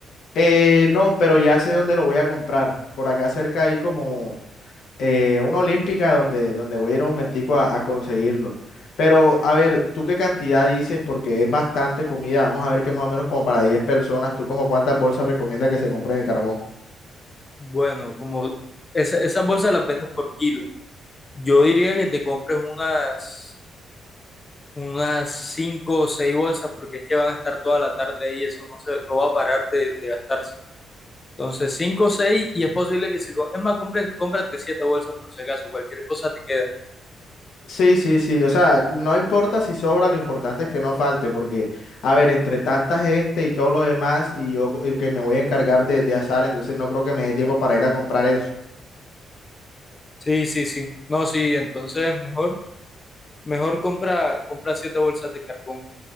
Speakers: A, on the left; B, on the left.
A: Eh, no, pero ya sé dónde lo voy a comprar. Por acá cerca hay como eh, una olímpica donde, donde voy a ir un momentico a, a conseguirlos. Pero a ver, ¿tú qué cantidad dices? Porque es bastante comida. Vamos a ver que más o menos como para 10 personas. ¿Tú como cuántas bolsas recomiendas que se compren de carbón?
B: Bueno, como esa- esas bolsas las vendes por kilo. Yo diría que te compres unas, unas cinco o seis bolsas porque es que van a estar toda la tarde ahí, eso no se, no va a parar de, de gastarse. Entonces, 5 o 6 y es posible que si... co- Es más, compre- cómprate 7 bolsas por si acaso, cualquier cosa te queda.
A: Sí, sí, sí. O sea, no importa si sobra, lo importante es que no falte. Porque, a ver, entre tanta gente y todo lo demás, y yo eh, que me voy a encargar de, de asar, entonces no creo que me dé tiempo para ir a comprar eso.
B: Sí, sí, sí. No, sí, entonces mejor, mejor compra, compra 7 bolsas de carbón.